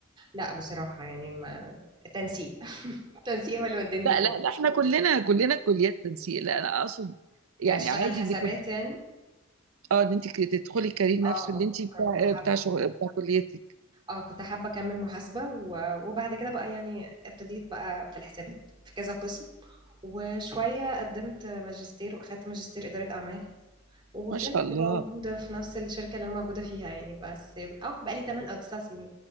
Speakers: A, on the right; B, on the right.
A: لا بصراحة يعني ما تنسيق <laughs> التنسيق هو اللي وداني
B: لا
A: تجارة
B: لا لا احنا كلنا كلنا كليات تنسيق لا انا اقصد يعني
A: يعني اشتغل
B: عادي
A: حسابات
B: انك كنت
A: يعني
B: اه ان انت تدخلي الكارير نفسه
A: اه
B: اللي انت بتاع
A: كنت حابة
B: آه، بتاع شغل بتاع كليتك
A: اه كنت حابة اكمل محاسبة و... وبعد كده بقى يعني ابتديت بقى في الحسابات في كذا قسم وشوية قدمت ماجستير واخدت ماجستير إدارة أعمال وفضلت
B: ما شاء الله
A: موجودة في نفس الشركة اللي أنا موجودة فيها يعني بس اه بقالي 8 أو 9 سنين